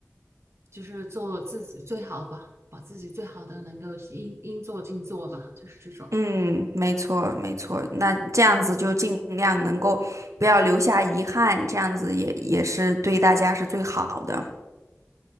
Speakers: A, on the right; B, on the right.
A: 就是做自己最好吧，把自己最好的能够应应做尽做吧，就是这种。
B: 嗯，没错，没错。
A: 嗯，
B: 那这样子就尽量能够不要留下遗憾，这样子也也是对大家是最好的。